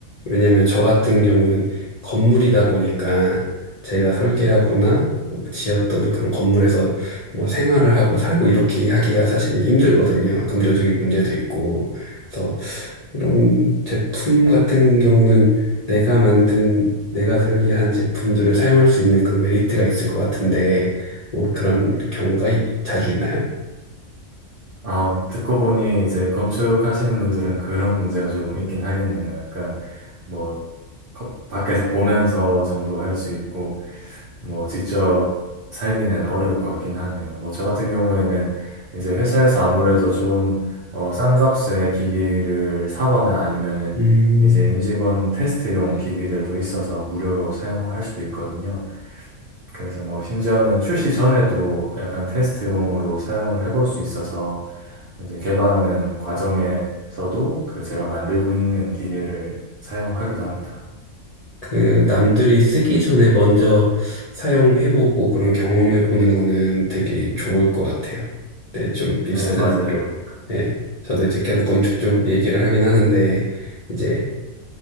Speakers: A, on the left; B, on the right.
A: 왜냐면 하저 같은 경우는 건물이다 보니까 제가 설계하거나 지었던 그런 건물에서 뭐 생활을 하고 살고 이렇게 하기가 사실 힘들거든요. 금전적인 문제도 있고. 그래서 이런 제품 같은 경우는 내가 만든, 내가 설계한 제품들을 사용할 수 있는 그런 메리트가 있을 것 같은데, 뭐 그런 경우가 이- 자주 있나요?
B: 아, 듣고 보니 이제 건축하시는 분들은 그런 문제가 조금 있긴 하겠네요. 약간 뭐 거- 밖에서 보면서 정도 할 수 있고 뭐 직접 살기는 어려울 것 같긴 하네요. 뭐 저 같은 경우에는 이제 회사에서 아무래도 조금 어, 싼 값에 기기를 사거나 아니면은
A: 음,
B: 이제 임직원 테스트용 기기들도 있어서 무료로 사용할 수도 있거든요. 그래서 뭐 심지어는 출시 전에도 약간 테스트용으로 사용을 해볼 수 있어서 이제 개발하는 과정에서도 그 제가 만들고 있는 기계를 사용하기도 합니다.
A: 그 남들이 쓰기 전에 먼저 사용해보고 그런 경험해보는 거는 되게 좋을 것 같아요. 근좀 비슷한
B: 네, 맞아요.
A: 일을, 예. 저도 이제 계속 건축 쪽 얘기를 하긴 하는데, 이제